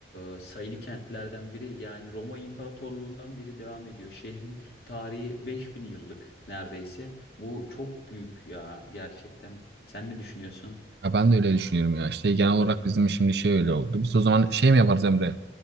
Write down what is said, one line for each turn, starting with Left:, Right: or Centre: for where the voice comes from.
Left: e, sayılı kentlerden biri. Yani Roma İmparatorluğundan beri devam ediyor. Şehrin tarihi 5000 yıllık neredeyse. Bu çok büyük ya gerçekten. Sen ne düşünüyorsun?
Right: Ya ben de öyle düşünüyorum ya. İşte genel olarak bizim şimdi şey öyle oldu. Biz o zaman şey mi yaparız Emre?